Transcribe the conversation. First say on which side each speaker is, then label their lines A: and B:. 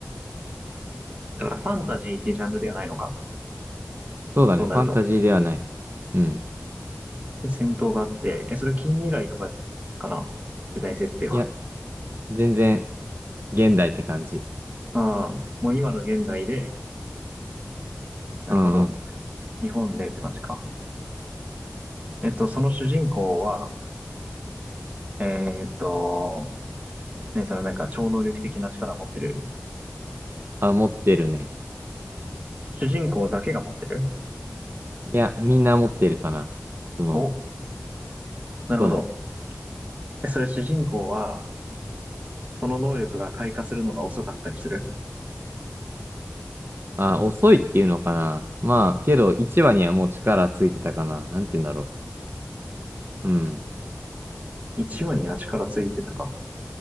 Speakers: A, on the right (about 35°); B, on the right (about 55°).
A: だからファンタジーっていうジャンルではないのか。
B: そうだね。
A: となると。
B: ファンタジーではない。うん。
A: で、戦闘があって、え、それは近未来とかかな時代設定は。
B: いや、全然、現代って感じ。
A: ああ、もう今の現代で、なるほど。
B: うんうん。
A: 日本でって感じか。えっと、その主人公は、えーっと、ね、そのなんか超能力的な力を持ってる。
B: あ、持ってるね。
A: 主人公だけが持ってる。
B: いや、みんな持ってるかな。その、
A: お、なるほど。
B: そうね。
A: えそれ主人公は、その能力が開花するのが遅かったりする。
B: あ、遅いっていうのかな。まあ、けど1話にはもう力ついてたかな。なんて言うんだろう。うん。
A: 一話には力ついてたか。